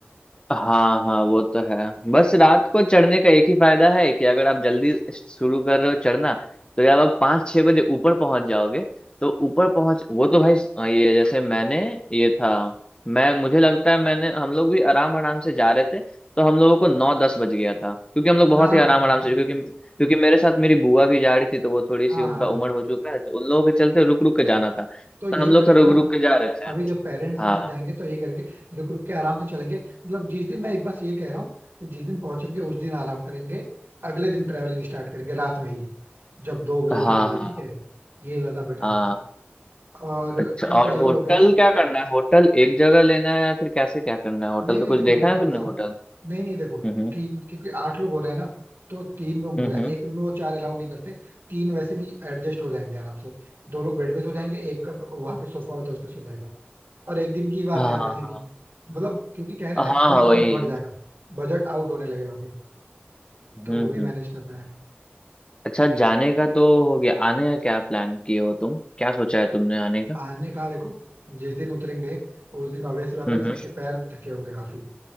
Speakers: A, on the left; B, on the right.
A: हाँ हाँ वो तो है बस रात को चढ़ने का एक ही फायदा है कि अगर आप जल्दी शुरू कर रहे हो चढ़ना तो जब आप पाँच छह बजे ऊपर पहुंच जाओगे तो ऊपर पहुंच वो तो भाई अ, ये जैसे मैंने ये था मैं मुझे लगता है मैंने हम लोग भी आराम आराम से जा रहे थे तो हम लोगों को नौ दस बज गया था क्योंकि हम लोग बहुत
B: हाँ
A: ही आराम
B: वो
A: आराम
B: तो
A: से क्योंकि क्योंकि मेरे साथ मेरी बुआ भी जा रही थी तो वो थोड़ी
B: हाँ
A: सी उनका उम्र हो चुका है तो उन लोगों के चलते रुक रुक के
B: तो
A: जाना था तो
B: तो यही
A: हम लोग
B: करेंगे
A: तो रुक
B: ना
A: रुक के जा रहे थे
B: अभी जब पेरेंट्स
A: हाँ
B: के साथ जाएंगे तो यही करेंगे रुक रुक के आराम से चलेंगे मतलब जिस दिन मैं बस ये कह रहा हूँ कि जिस दिन पहुंचेंगे उस दिन आराम करेंगे अगले दिन ट्रेवलिंग स्टार्ट करेंगे रात में ही जब दो बजे
A: हाँ
B: तीन बजे
A: हाँ
B: ठीक है ये ज्यादा बेटर
A: हाँ
B: है और
A: अच्छा
B: ठीक
A: और
B: है ये तो
A: होटल
B: हो गया
A: क्या करना है होटल एक जगह लेना है या फिर कैसे क्या करना है होटल
B: नहीं
A: का
B: नहीं
A: कुछ
B: देखो
A: देखा
B: मैं क्या
A: है तुमने
B: बता रहा हूँ
A: होटल
B: नहीं नहीं देखो
A: हम्म
B: तीन क्योंकि आठ लोग हो रहे हैं ना तो तीन रूम
A: हम्म
B: लेना
A: हम्म
B: एक रूम में वो चार अलाउ नहीं करते तीन वैसे भी एडजस्ट हो जाएंगे आराम से दो लोग बेड पे सो जाएंगे एक का वहां पे सोफा होता है उस पे सो जाएगा और एक दिन की बात
A: हाँ
B: है यार
A: हाँ
B: वैसे भी मतलब क्योंकि क्या है ना
A: हाँ
B: एक्सपेंस
A: हाँ हाँ, वही
B: बहुत बढ़
A: है।
B: जाएगा बजट आउट होने लगेगा फिर तो
A: हम्म
B: वो भी
A: हम्म
B: मैनेज करना है
A: अच्छा जाने का तो हो गया आने का क्या प्लान किए हो तुम क्या सोचा है तुमने आने का
B: आने का देखो जिस दिन उतरेंगे उस दिन ऑब्वियसली बात
A: हम्म
B: है सबके
A: हम्म।
B: पैर थके होंगे काफी